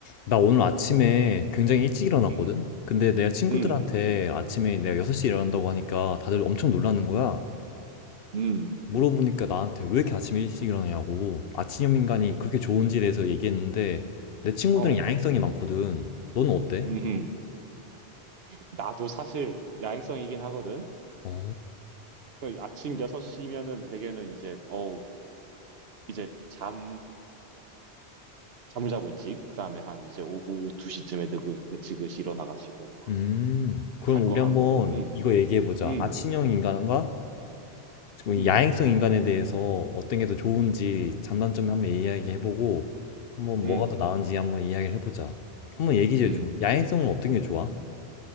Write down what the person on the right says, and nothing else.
음,
음,
음, 음,
어,
어,
어,
음. 나도 사실 야행성이긴 하거든.
그 아침 6시면은 대개는 이제, 어, 이제 잠, 잠을 자고 있지. 그 다음에 한 이제 오후 2시쯤에 느긋느긋 일어나가지고
할 거
하고,
응
응
응
응
응